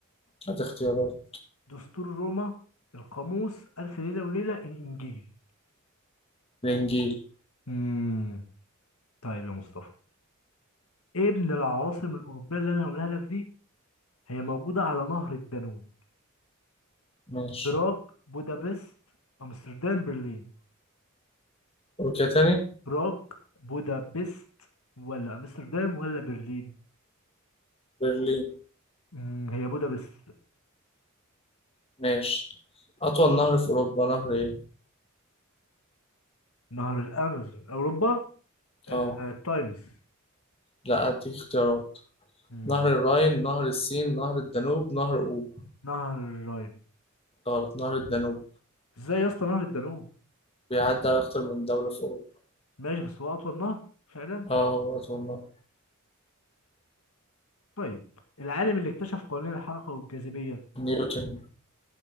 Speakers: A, on the left; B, on the left.
A: هات اختيارات
B: دستور روما القاموس ألف ليلة وليلة الإنجيل
A: الإنجيل
B: امم طيب يا مصطفى إيه من العواصم الأوروبية اللي أنا هقولها لك دي هي موجودة على نهر الدانوب
A: ماشي
B: براغ بودابست أمستردام برلين
A: أوروبا تاني
B: براغ بودابست ولا أمستردام ولا برلين
A: برلين
B: امم هي بودابست
A: ماشي أطول نهر في أوروبا نهر إيه؟
B: نهر الامازون اوروبا ال-
A: أه
B: التايمز
A: لا أديك اختيارات
B: امم
A: نهر الراين نهر السين نهر الدانوب نهر أوب
B: نهر الراين
A: غلط نهر الدانوب
B: ازاي يا اسطى نهر الدانوب
A: بيعدي على أكتر من دولة في أوروبا
B: ماشي بس هو اطول نهر فعلا
A: آه هو والله
B: طيب العالم اللي اكتشف قوانين الحركه والجاذبيه
A: نيوتن